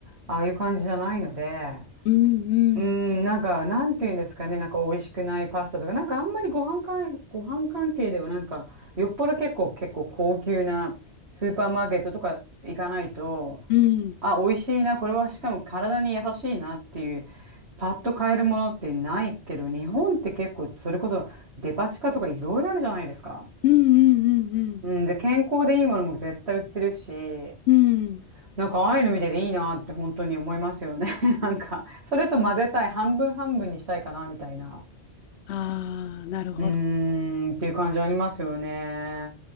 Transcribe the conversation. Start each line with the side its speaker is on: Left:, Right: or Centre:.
Right: ああいう感じじゃないので、
Left: うんうん
Right: うん、なんか、なんていうんですかね、なんか、美味しくないパスタとか、なんか、あんまりご飯関、ご飯関係では、なんか、よっぽど結構、結構高級なスーパーマーケットとか行かないと、
Left: うん
Right: あ、美味しいな、これはしかも体に優しいなっていう、パッと買えるものってないけど、日本って結構、それこそデパ地下とかいろいろあるじゃないですか。
Left: うんうんうん
Right: うん、で、健康でいいものも絶対売ってるし、
Left: うんうん
Right: なんかああいうの見てていいなって本当に思いますよね。<laughs> なんか、それと混ぜたい、半分半分にしたいかな、みたいな。
Left: ああーなるほど
Right: うーん、っていう感じありますよね。